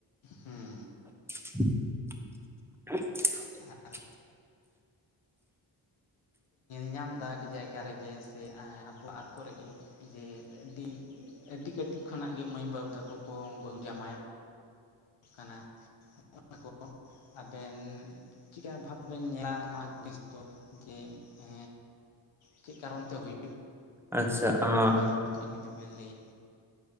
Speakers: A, on the left (about 80°); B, in the centre.
A: ᱦᱮᱸ
B: <inaudible> <inaudible>
A: ᱟᱨᱠᱤ ᱧᱟᱢ ᱮᱫᱟ ᱟᱹᱰᱤ ᱡᱟᱭᱜᱟ ᱨᱮᱜᱮ ᱥᱮ ᱟᱵᱚᱣᱟᱜ ᱠᱚ ᱨᱮᱜᱮ ᱡᱮ ᱟᱹᱰᱤ ᱟᱹᱰᱤ ᱠᱟᱹᱴᱤᱡ ᱠᱟᱹᱴᱤᱡ ᱠᱷᱚᱱᱟᱜ ᱜᱮ ᱢᱟᱹᱭ ᱵᱟᱹᱵᱩ ᱛᱟᱠᱚ ᱠᱚ ᱵᱟᱹᱦᱩ ᱡᱟᱶᱟᱭᱼᱚᱜ ᱠᱟᱱᱟ <inaudible> ᱟᱵᱮᱱ ᱪᱮᱫᱠᱟ ᱵᱷᱟᱵ ᱵᱮᱱ ᱧᱮᱞᱟ ᱱᱚᱣᱟ ᱡᱤᱱᱤᱥ ᱫᱚ ᱡᱮ ᱮ ᱪᱮᱫ ᱠᱟᱨᱚᱱ ᱛᱮ ᱦᱩᱭᱩᱜ
B: ᱟᱪᱪᱷᱟ ᱟᱸ
A: ᱱᱚᱝᱠᱟ ᱫᱚ ᱠᱟᱹᱴᱤᱡ ᱡᱩᱫᱤ ᱵᱮᱱ ᱞᱟᱹᱭᱟ